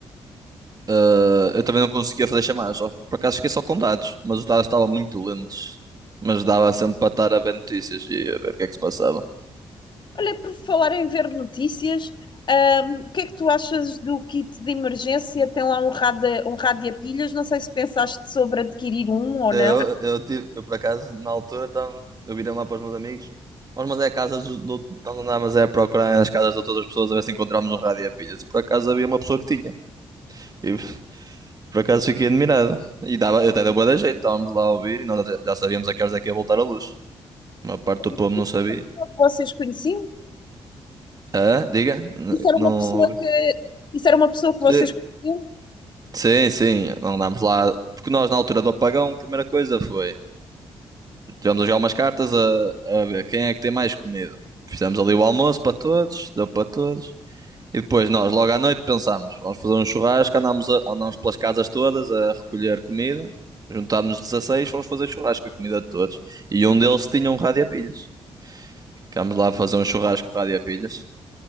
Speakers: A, on the right; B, on the left.
A: Ah, eu também não conseguia fazer chamadas. Só, por acaso fiquei só com dados. Mas os dados estavam muito lentos. Mas dava sempre para estar a ver notícias e a ver o que é que se passava.
B: Olha, por falar em ver notícias, ahm, o que é que tu achas do kit de emergência? Tem lá um rádio, um rádio a pilhas, não sei se pensaste sobre adquirir um ou
A: Eu,
B: não. Eu
A: eu, tive, eu, por acaso, na altura, tava, eu virei lá para os meus amigos. Nós, mas é a casa dos- do, nós andávamos é a procurar nas casas de todas as pessoas a ver se encontrávamos um rádio a pilhas. E por acaso havia uma pessoa que tinha. E por acaso fiquei admirado. E dava, até deu bué da jeito. Estávamos lá a ouvir e nós até- já sabíamos a que horas é que ia voltar a luz. A maior parte
B: acho
A: do
B: era
A: povo não sabia.
B: uma pessoa que vocês conheciam?
A: Ah, diga? N-
B: Isso era
A: Não
B: uma pessoa
A: ouvi.
B: que, isso era uma pessoa que
A: Sim,
B: vocês conheciam?
A: sim. sim. Andámos lá. Porque nós, na altura do apagão, a primeira coisa foi. Tivemos a jogar umas cartas a, a ver quem é que tem mais comida. Fizemos ali o almoço para todos, deu para todos. E depois nós, logo à noite, pensámos, vamos fazer um churrasco, andámos, a- andámos pelas casas todas a recolher comida. Juntámos-nos 16, fomos fazer churrasco a comida de todos. E um deles tinha um rádio a pilhas. Ficámos lá a fazer um churrasco com rádio a pilhas.